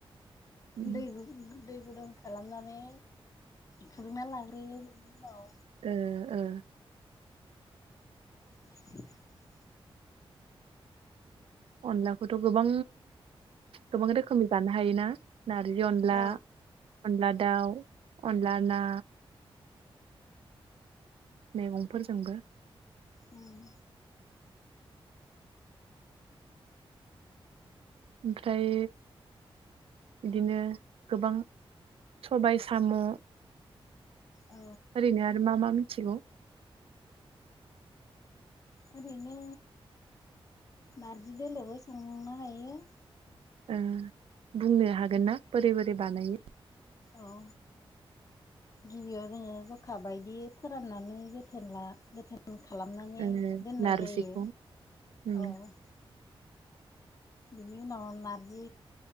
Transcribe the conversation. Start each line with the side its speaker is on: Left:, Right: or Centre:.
Right: ओ
Left: दैगु गु-गु दै गुदुं खालामनानै फुदुंना लाग्रोयो बेनि उनाव
Right: ओ ओ
Left: <inaudible>
Right: अनलाखौथ गोबां गोबां रोखोमनि जानो हायोना? नारजि अनला
Left: औ
Right: अनला दाउ अनला ना मैगंफोरजोंबो
Left: उम
Right: ओमफ्राय बिदिनो गोबां सबाय साम
Left: औ
Right: ओरैनो आरो मा मा? मिथिगौ।
Left: ओरैनो नारजि दोलोबो संनो हायो‌।
Right: ओ बुंनो हागोन ना? बोरै बोरै बानायो?
Left: औ गिबियाव जोङो जखा बायदि फोराननानै जोथोन ला जोथ न खालामनानै
Right: ओ
Left: दोननाय
Right: नारजिखौ
Left: जायो
Right: उम
Left: औ बिनि उनाव नारजि